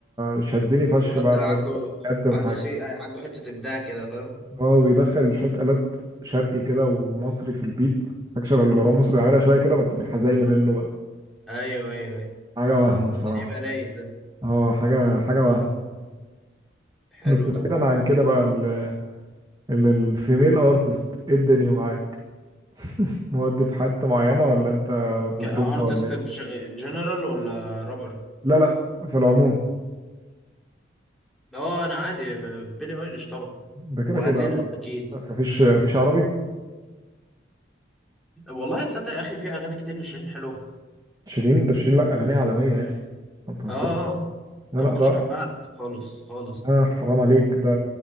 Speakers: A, on the right (about 20°); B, in the centre.
A: شدني فشخ
B: الواد
A: بقى
B: ده
A: الراجل
B: عنده
A: ده قدم
B: عنده
A: حاجه
B: سي عنده حتة إبداع كده فاهم
A: هو بيدخل شويه آلات شرقي كده ومصري في البيت حاجه شبه اللي مروان موسى بيعملها شويه كده بس في الحزين منه بقى
B: ايوه ايوه ايوه
A: حاجه وهم بصراحه
B: اللي يبقى رايق ده
A: اه حاجه حاجه وهم
B: حلو
A: بس
B: طب
A: بعيدا عن كده بقى ال- ال- الفيميل ارتست ايه الدنيا معاك <laughs> مودي في حتة معينة ولا انت بظروفها
B: كارتست
A: ولا ايه
B: ان جنرال ولا رابر
A: لا لا في العموم
B: اه انا عادي بيلي ايليش طبعا
A: ده كده
B: وادل
A: كده آه،
B: اكيد
A: بس مفيش مفيش عربي
B: والله تصدق يا اخي في اغاني كتير لشيرين حلوه
A: شيرين ده شيرين لا اغانيها عالميه يا اخي ما تهزرش
B: اه آه.
A: لا
B: انا
A: لا
B: ما
A: رائع
B: كنتش بحبها على فكره خالص خالص
A: لا حرام عليك ده